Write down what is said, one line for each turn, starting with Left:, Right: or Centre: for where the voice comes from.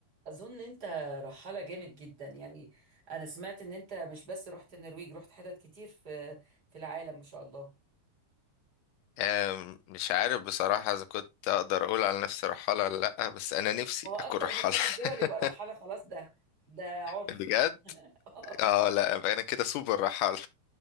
Right: اظن انت رحالة جامد جدا يعني انا سمعت ان انت مش بس رحت النرويج رحت حتت كتير في في العالم ما شاء الله
Left: آم، مش عارف بصراحة إذا كنت أقدر أقول على نفسي رحالة ولا لأ بس أنا نفسي
Right: هو اكتر
Left: أكون رحالة
Right: من ثلاث
Left: <laughs>
Right: دول يبقى رحالة خلاص ده ده عرف
Left: بجد
Right: <laughs>
Left: اه لأ يبقى أنا كده سوبر رحالة